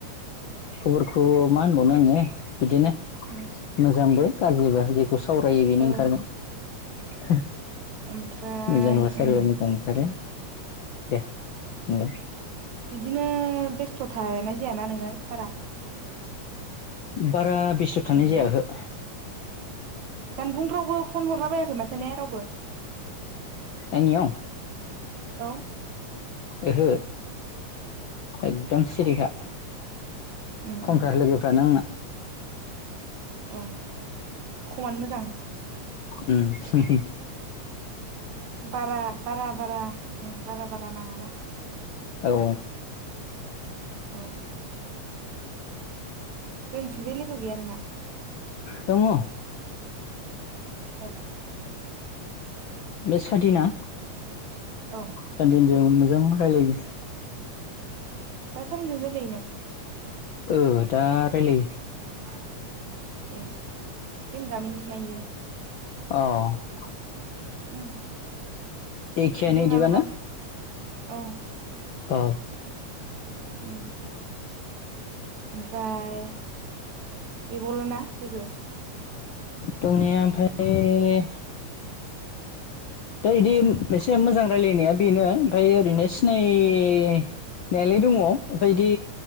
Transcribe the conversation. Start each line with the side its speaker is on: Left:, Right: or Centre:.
Left: खबरखौ मा होनबावनो आङो बिदिनो
Right: उम
Left: मोजांबो गाज्रिबो जेखौ सावरायो बेनो
Right: ओ
Left: ओंखारगोन
Right: ओमफ्राय
Left: मोजां सावरायबा
Right: उम
Left: मोजां ओंखारो दे बुंलाय
Right: बिदिनो बेस्थ' थानाय जायाना नोङो बारा
Left: बारा बेस्थ'
Right: उम
Left: थानाय जाया औहो
Right: जानबुंफ्रावबो फन हरला बायाखै माथो ने रावबो
Left: आंनियाव
Right: औ
Left: ओहो एकदम सिरिखा
Right: उम
Left: खमथार
Right: उम
Left: लोगोफ्रानो आंना
Right: औ खमानो मोजां
Left: ओम
Right: बारा बारा बारा बारा बारा नाङा ना
Left: औ
Right: औ जोंथिजाय लोगो गैया नोंना
Left: दङ'
Right: सोर
Left: बे सादिना
Right: औ
Left: सादिनजों मोजां रायलायो
Right: दा सानजों रायलायो नों
Left: ओ दा रायलायो
Right: <inaudible> ए जों गामिनिसो ना बियो
Left: औ
Right: ओम
Left: एखेयानो
Right: बे
Left: इदिबा
Right: मालाबा
Left: ना
Right: औ
Left: अ
Right: उम ओमफ्राय गैबावला ना लोगो?
Left: दंनाया ओमफ्राय दा बिदि
Right: उम
Left: एसे मोजां रायजलायनाया बेनो ओमफ्राय ओरैनो सिनाय
Right: औ
Left: नायालाय दङ ओफ्राय बिदि